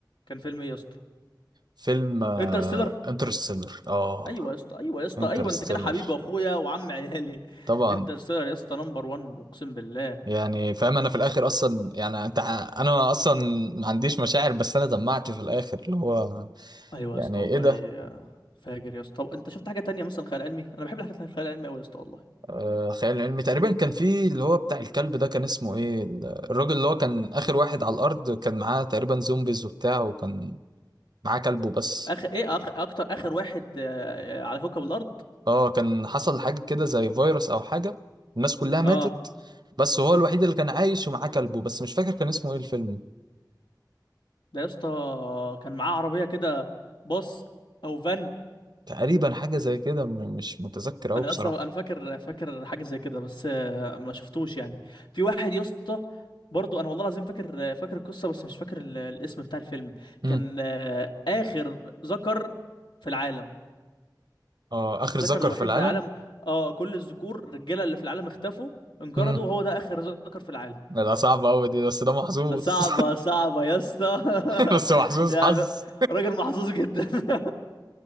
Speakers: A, on the left; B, on the right.
A: كان فيلم ايه يا اسطى
B: فيلم
A: انترستيلر
B: انترستيلر اه
A: ايوه يا اسطى ايوه يا اسطى
B: انترستيلر
A: ايوه انت كده حبيبي واخويا وعم عيالي
B: طبعا
A: انترستيلر يا اسطى نمبر 1 اقسم بالله
B: يعني فاهم انا في الاخر اصلا يعني انت ع- انا اصلا ما عنديش مشاعر بس انا دمعت في الاخر اللي هو
A: ايوه
B: يعني
A: يا اسطى والله
B: ايه ده
A: فاجر يا اسطى طب انت شفت حاجه تانية مثلا خيال علمي انا بحب الحاجات الخيال العلمي قوي يا اسطى والله
B: آه خيال علمي تقريبا كان في اللي هو بتاع الكلب ده كان اسمه ايه ال- الراجل اللي هو كان اخر واحد على الارض كان معاه تقريبا زومبيز وبتاع وكان معاه كلبه بس
A: اخر ايه اخ... اكتر اخر واحد آه، آه، على كوكب الارض
B: اه كان حصل حاجة كده زي فيروس او حاجة الناس كلها ماتت
A: اه
B: بس هو الوحيد اللي كان عايش ومعاه كلبه بس مش فاكر كان اسمه ايه الفيلم
A: ده يا اسطى كان معاه عربيه كده باص او فان
B: تقريبا حاجة زي كده م- مش متذكر اوي
A: انا
B: بصراحة
A: يا اسطى انا فاكر فاكر حاجه زي كده بس آه، ما شفتوش يعني في واحد يا اسطى برضو انا والله العظيم فاكر فاكر القصه بس مش فاكر ال- الاسم بتاع الفيلم
B: مم.
A: كان آه، اخر ذكر في العالم
B: اه اخر
A: الذكر
B: ذكر
A: الوحيد
B: في العالم
A: في العالم اه كل الذكور الرجاله اللي في العالم اختفوا انقرضوا
B: امم
A: وهو ده اخر ذكر في العالم
B: لا صعبة أوي دي بس ده محظوظ
A: ده صعبة صعبة يا اسطى <laughs>
B: <laughs> بس محظوظ
A: يعني
B: حظ
A: راجل محظوظ جدا <laughs>